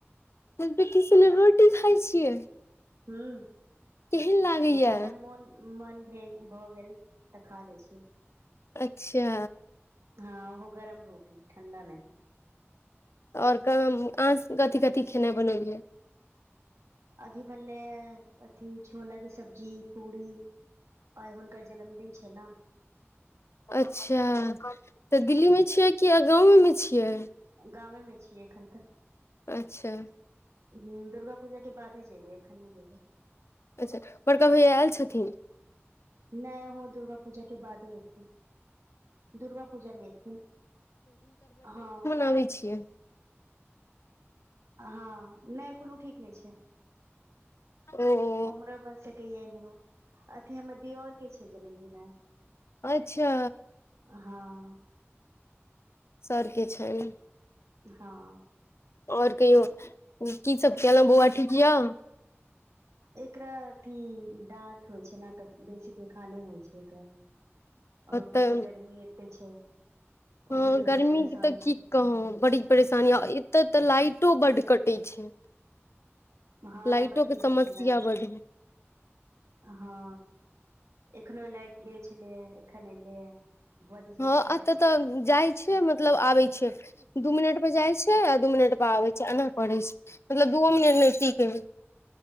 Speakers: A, on the left; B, on the right.
A: दलि पिट्ठी संगे रोटी खाय छियै।
B: हुँ
A: केहन लागैया
B: अगर मोन मन भेल भऽ गेल तऽ खा लै छी
A: अच्छा
B: हँ उहो गरम रोटी ठण्डा नय
A: आओर काम अहाँ स कथि कथि खेनाए बनेलियै
B: अभी बनलेै अथी छोला कऽ सब्जी पूरी आय हुनकर जनमदिन छै न
A: अच्छा तऽ दिल्ली मे छियै कि अ गाँवमे मे छियै
B: गामेमे छियै एखन तऽ
A: अच्छा
B: हुँ दुर्गा पूजा के बादे जेैबे एखन नय जेैबे
A: अच्छा बड़का भैया आएल छथिन
B: नय ओहो दुर्गा पूजा के बादे एथिन। दुर्गा पूजामे एथिन हँ
A: बी छियै
B: हँ नय कोनो ठीक नय छै
A: ओ
B: ओमरो बनि सकैये इम्हरो अथी हमर देयोर के छै जन्मदिन आय
A: अच्छा
B: हँ
A: सरके छनि
B: हँ
A: आओर कहियो की सब केलौं बौआ ठीक य
B: एकरा अथी दाँत होइ छै ने तऽ बेसी पेखाने होइ छै एकरा आओर ऊपरसँ
A: तऽ
B: गर्मी एते छै
A: हँ
B: ओकरे लऽ
A: गर्मीके
B: के परेशान
A: तऽ
B: छी
A: की कहौं बड़ी परेशानी आ एत तऽ लाइटो बड्ड कटै छै
B: हँ
A: लाइटो
B: बड्ड
A: के
B: जाइ
A: समस्या
B: छै लाइट
A: बड्ड है।
B: हँ एखनो लाटि गेल छलैये एखन एलैये बड जाइ
A: हँ
B: छै
A: अत
B: लाइट
A: तऽ जाइ मतलब आबै छै दू मिनट पर जाइ छै आ दू मिनट पर आबै छै एना करै छै मतलब दूओ मिनट नय टिकै हय